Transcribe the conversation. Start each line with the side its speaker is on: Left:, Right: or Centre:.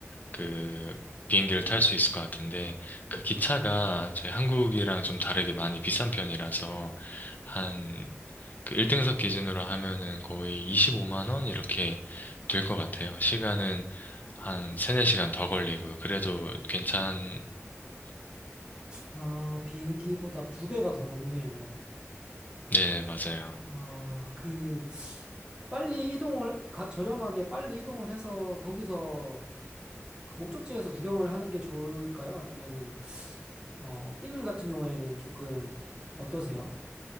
Left: 그 비행기를 탈 수 있을 것 같은데 그 기차가 저희 한국이랑 좀 다르게 많이 비싼 편이라서 한 그 1등석 기준으로 하면은 거의 25만 원 이렇게 될 것 같아요. 시간은 한 3, 4시간 더 걸리고요. 그래도 괜찮으신가요?
Right: 아, 비행기보다 두 배가 더 넘네요.
Left: 네, 맞아요.
Right: 아, 그 빨리 이동을, 가- 저렴하게 빨리 이동을 해서 거기서 목적지에서 구경을 하는 게 좋을까요? 아니면은, 어, 삐님 같은 경우에는 조금 어떠세요?